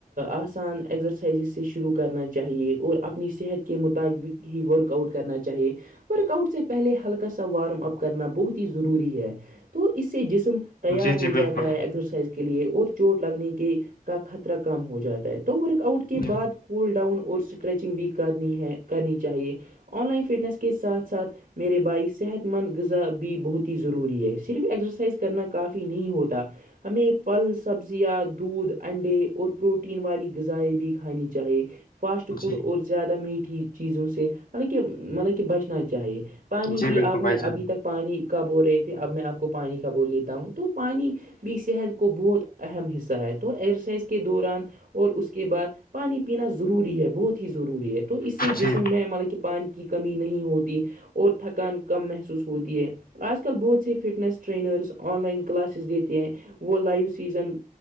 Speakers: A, on the right; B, on the left.
A: آسان ایکسرسائزز سے شروع کرنا چاہیے اور اپنی صحت کے مطابق ہی ورک آؤٹ کرنا چاہیے ورک آؤٹ سے پہلے ہلکا سا وارم اپ کرنا بہت ہی ضروری ہے تو اس سے جسم تیار
B: جی
A: ہو
B: جی بالکل
A: جاتا ہے ایکسرسائز کے لیے اور چوٹ لگنے کے کا خطرہ کم ہو جاتا ہے ورک آؤٹ کے
B: جی
A: بعد کول ڈاؤن اور اسٹریچنگ بھی کرنی ہے کرنی چاہیے آن لائن فٹنس کے ساتھ ساتھ میرے بھائی صحت مند غذا بھی بہت ہی ضروری ہے صرف ایکسرسائز کرنا کافی نہیں ہوتا ہمیں پھل سبزیاں دودھ انڈے اور پروٹین والی غذائیں بھی کھانی چاہیے فاسٹ فوڈ
B: جی
A: اور زیادہ میٹھی چیزوں سے مطلب کہ مطلب کہ بچنا چاہیے پانی
B: جی
A: بھی
B: بالکل
A: آپ
B: بھائی
A: نے
B: جان
A: ابھی تک پانی کا بو رہے تھے اب میں آپ کو پانی کا بو لیتا ہوں تو پانی بھی صحت کو بہت اہم حصہ ہے تو ایگزرسائز کے دوران اور اس کے بعد پانی پینا ضروری ہے بہت ہی ضروری ہے تو اس سے
B: جی
A: جسم میں مطلب کہ پانی کی کمی نہیں ہوتی اور تھکان کم محسوس ہوتی ہے آج کل بہت سی fitness trainers online classes دیتے ہیں وہ لائیو سیزن